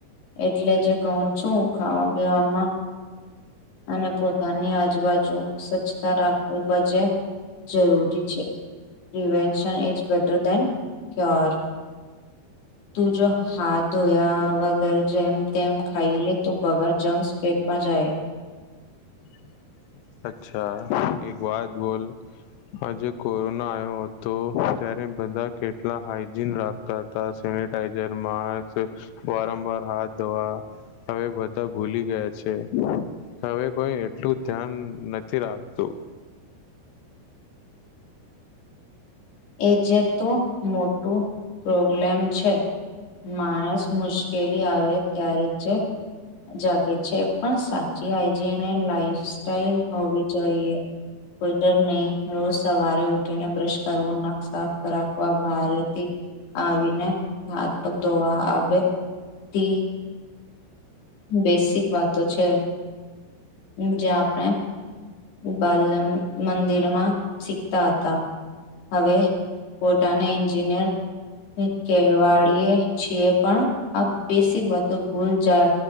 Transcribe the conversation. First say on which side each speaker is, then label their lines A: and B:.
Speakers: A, on the left; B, on the left.
A: એટલે જે કહું છું ખાવા પીવાવામાં અને પોતાની આજુબાજુ સ્વચ્છતા રાખવી બજે જરૂરી છે પ્રિવેશન ઇ બેટર ડેન ધેન્યોર તું જો હાથ ધોયા વગર જેમ તેમ ખાઈ લે તો બવાા જમ પેટમાં જાય
B: <unintelligible> <unintelligible> અચ્છા એક વાત બોલ હજે કોરોના આવ્યો હતો ત્યારે બધા કેટલા હાઈજીન રાખતા હતા સેનેટાઈઝર માસ્ક વારંવાર હાથ ધોવા હવે બધા ભૂલી ગયા છે હવે કોઈ એટલું ધ્યાન નથી રાખતું
A: એ જે તો મોટું પ્રોબ્લેમ છે માણસ મુશ્કેલ ઉકેલી આવે ત્યારે જ જાગે છે પણ સાચી હાઈજીન અને લાઈફ સ્ટાઈલ હોવી જોઈએ કોઈ ડર નહીં રોજ સવારે ઉઠીને બ્રશ કરવું નખ સાફ રાખવા બારથી આવીને હાથ પગ ધોવા આવે તે. બેસિક વાતો તો છે જે આપણે બાલ મંદિરમાં શીખતા હતા. હવે પોટાના એન્જિનિયર કેવાડીએ છીએ. પણ આ બેસિક વાત તો ભૂલ જા